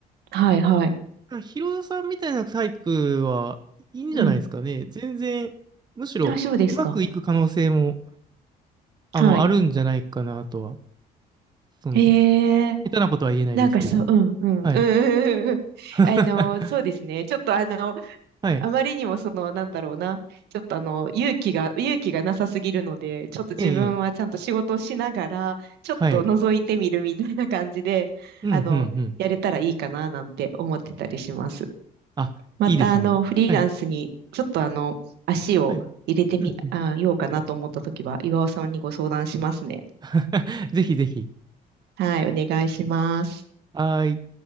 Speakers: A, on the right (about 75°); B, on the right (about 25°).
A: はい、はい。
B: まあヒロさんみたいなタイプはいいんじゃないですかね。
A: うん。
B: 全然、むしろ、
A: ああ、そうですか。
B: うまくいく可能性も、あの、
A: はい。
B: あるんじゃないかなとは。その、
A: へえ、
B: 下手なことは言えないですけど。
A: なんかそう、うん、うん、
B: はい。
A: うん、うん、うんうん。<laughs>
B: <laughs>
A: あの、そうですね。ちょっとあの、
B: はい。
A: あまりにもその、なんだろうな。ちょっとあの、勇気が、勇気がなさすぎるので、ちょっと自分はちゃんと仕事をしながら、
B: ええ、ええ
A: ちょっと覗いてみるみたいな感じで、
B: はい。うん、
A: あの、
B: うん、うん。
A: やれたらいいかな、なんて思ってたりします。
B: あ、
A: また、
B: いいですね。
A: あの、フリーランスに、
B: はい。
A: ちょっとあの、足を入れてみ、
B: はい。うん、うん。
A: あ、ようかなと思ったときは、岩尾さんにご相談しますね。
B: <laughs> ぜひぜひ。
A: はい、お願いします。
B: はーい。